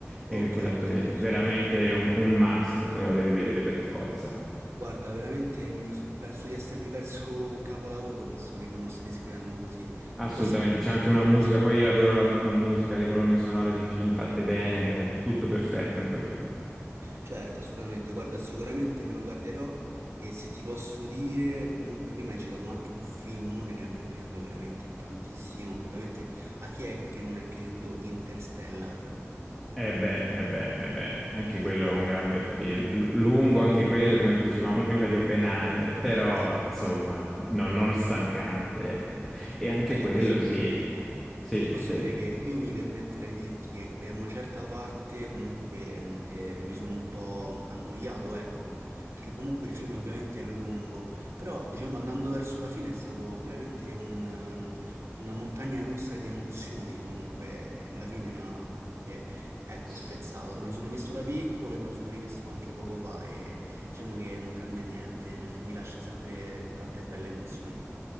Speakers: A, in the centre; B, on the right (about 65°).
A: e
B: ok,
A: quell'attore
B: ok,
A: lì,
B: penso
A: veramente
B: di aver capito.
A: un, un must, te lo devi vedere per forza.
B: Guarda, veramente mi so- penso di essermi perso <laughs> un capolavoro, visto che me lo stai scrivendo così.
A: Assolutamente,
B: Forse mi sono
A: c'è anche
B: perso
A: una
B: qualcosa
A: musica,
B: di
A: poi
B: grande.
A: io adoro la, la musica, le colonne sonore dei film fatte bene, è tutto perfetto in quel film.
B: Certo, assolutamente. Guarda, sicuramente me lo guarderò e se ti posso dire, comunque prima hai citato anche un filmone che a me è piaciuto veramente tantissimo. Ovviamente a chi è che non è piaciuto Interstellar?
A: Eh beh, eh beh, eh beh, anche
B: È
A: quello
B: veramente...
A: è un gran bel film.
B: mm,
A: L- lungo anche quello, come dicevamo <laughs> prima di Oppenheimer, però
B: Sì,
A: insomma,
B: esatto.
A: no- non stancante, ecco. E anche
B: Beh,
A: quello,
B: ti posso
A: sì,
B: dire,
A: sì,
B: ti posso
A: sì,
B: dire che io mi permetterei di dirti che per una certa parte comunque mh, eh, mi sono un po' annoiato, ecco, perché comunque il film ovviamente è lungo, però diciamo andando verso la fine è stato veramente un, ehm, una montagna russa di emozioni, comunque eh, la fine mi ha veramente, ecco,
A: sì.
B: spezzato, me lo sono visto da piccolo e me lo sono rivisto anche poco fa e diciamo che non cambia niente, mi lascia sempre tante belle emozioni.